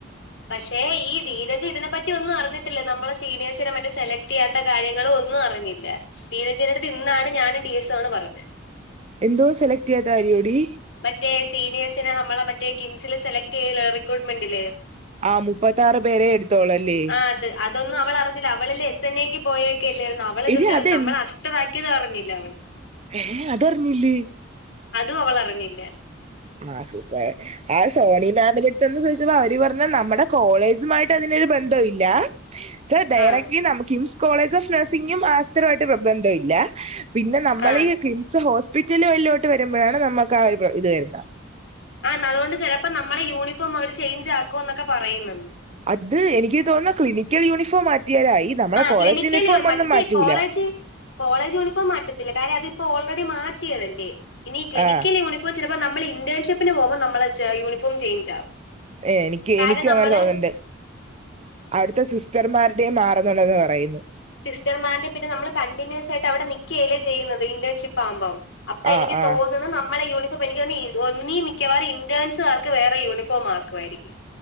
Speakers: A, on the left; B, on the right.
A: പക്ഷെ ഈ ധീരജ് ഇതിനെപ്പറ്റി- പറ്റി ഒന്നും അറിഞ്ഞിട്ടില്ല. നമ്മളെ സീനിയേഴ്സിനെ മറ്റെ സെലക്ട് ചെയ്യാത്ത കാര്യങ്ങളും ഒന്നും അറിഞ്ഞില്ല. ധീരജ്നടുത്ത് ഇന്നാണ് ഞാനും ഡി എസ് ണ് പറഞ.
B: എന്തോ സെലക്ട് ചെയ്യാത്ത കാരിയോടി?
A: മറ്റേ സീനിയേഴ്സിനെ നമ്മളെ മറ്റേ കിംസില് സെലക്ട് ചെയ്ല്ലെ റിക്രൂട്ട്മെന്റില്.
B: ആ മുപ്പത്താറ് പേരെ എടുത്തോളല്ലേ
A: ആഹ് അത്. അതൊന്നും അവളറിഞ്ഞില്ല. അവളല്ല എസ് എൻ എക്ക്. പോയൊക്കെല്ലായിരുന്നോ. അവള് ഇതിന്
B: എടി അതെ
A: നമ്മൾ അഷ്ടറക്കിയത് അറഞ്ഞില്ല അവള്.
B: ഏഹ് അതറിഞ്ഞില്ലേ?
A: അതും അവളറിഞ്ഞില്ല.
B: ആഹ് സൂപ്പർ. ആ സോണി മാമിനടുത്തന്ന് ചോദിച്ചപ്പോ അവര് പറഞ്ഞു. നമ്മുടെ കോളേജുമായിട്ട് അതിനരു ബന്ധം ഇല്ല. സൊ ഡയറക്റ്റ്ലി
A: ആ
B: നമു- കോളേജ് ഓഫ് നഴ്സിംഗും ആസ്ഥത്രമായിട്ട് ബന്ധമില്ല. പിന്നെ നമ്മൾ
A: ആ
B: ഈ- കിംസ് ഹോസ്പിറ്റലുഴിലോട്ട് വരുമ്പോഴാണ് നമ്മുക്ക് ആ ഒരു ഇത് വരുന്നത്.
A: ആഹ്ന്ന് അത് കൊണ്ട് ചിലപ്പോ ന മ്മള് യൂണിഫോം അവര് ചേഞ്ച് ആക്കുമെന്നൊക്കെ പറയുന്നെന്ന്.
B: അത് എനിക്ക് തോന്നുന്നു ക്ലിനിക്കൽ യൂണിഫോം മാറ്റിയാലായി. നമ്മളെ
A: ആ
B: കോളേജ്
A: ക്ലിനിക്കൽ
B: യൂണിഫോം
A: മറ്റേ
B: ഒന്നും മാറ്റൂല.
A: കോളേജ് കോളേജ് യൂണിഫോം മാറ്റത്തില്ല. കാരണം അതിപ്പോൾ ഓൾറെഡി മാറ്റിയതല്ലേ. ഇനി ക്ലിനിക്കൽ
B: ആ
A: യൂണി ഫോം ചിലപ്പോ നമ്മൾ ഇന്റേൺഷിപ്പിന് പോകുമ്പോ നമ്മളെ യൂണിഫോം ച ചേഞ്ച് ആവും.
B: ഏഹ് എനിക്ക്
A: കാര്യം
B: എനിക്കും
A: നമ്മള്
B: അങ്ങനെ തോന്നണ്ട്. അടു ത്തെ സിസ്റ്റർമാരുടെയും മാറുന്നുണ്ടെന്ന് പറയുന്നു.
A: സിസ്റ്റർമാരുടെ പിന്നെ നമ്മൾ കണ്ടിന്യൂസ് ആയിട്ട് അവിടെ നിക്കയല്ലേ ചെയ്യുന്നത് ഇന്റേൺഷിപ്പ് ആവുമ്പോം. അപ്പൊ
B: ആ
A: എനിക്ക്
B: ആ
A: തോന്നണ് നമ്മളെ യൂണി ഫോം എനിക്കു തോന്നി ഒന്നീ മിക്കവാറും ഇന്റേൻസുകാർക്ക് വേറെ യൂണിഫോം ആക്കുമായിരിക്കും.